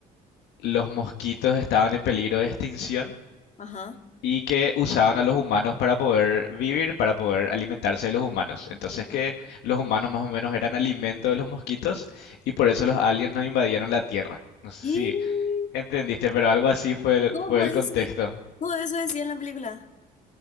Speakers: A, on the left; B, on the left.
A: los mosquitos estaban en peligro de extinción
B: Ajá.
A: y que usaban a los humanos para poder vivir, para poder alimentarse de los humanos. Entonces
B: Ajá.
A: que los humanos más o menos eran alimento de los mosquitos y por eso los aliens no invadieron la Tierra. No sé
B: Y
A: si entendiste, pero algo así fue el,
B: todo
A: fue el
B: eso,
A: contexto.
B: todo eso decía en la película.